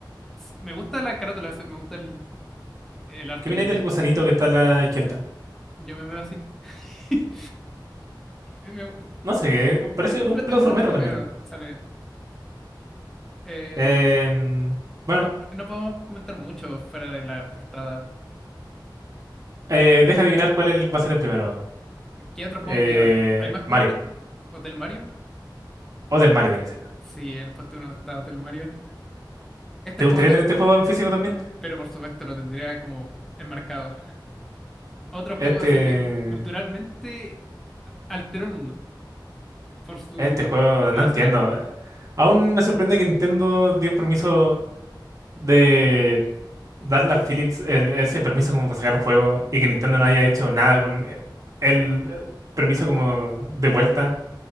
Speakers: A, in the centre; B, on the right (about 45°).
A: S- Me gusta la carátula, se- me gusta el, el arte
B: ¿Qué viene
A: que tiene.
B: del gusanito que está a la izquierda?
A: Yo me veo así. <laughs> Me,
B: No sé qué. Parece
A: Es un,
B: un
A: pla-
B: platformero
A: es un plataformero,
B: también.
A: sale. Eh,
B: Em, bueno,
A: no, no podemos comentar mucho fuera de la portada.
B: eh, deja adivinar cuál el- va a ser el primero.
A: ¿Qué otro juego
B: Eh,
A: queda? ¿Hay más
B: Mario.
A: juegos de esto? ¿Hotel Mario?
B: O del Mario tiene que ser.
A: Sí, en el puesto uno está Hotel Mario. Este
B: ¿Te
A: juego
B: gustaría
A: también,
B: tener este juego en físico también?
A: pero por supuesto lo tendría como enmarcado. Otro juego
B: Este.
A: así que culturalmente a- alteró el mundo por su
B: Este juego,
A: por
B: no
A: la
B: entiendo.
A: escena.
B: Eh, Aún me sorprende que Nintendo dio permiso de darle a Philips el- ese permiso como para sacar juegos y que Nintendo no haya hecho nada con eh, el eh, permiso como de vuelta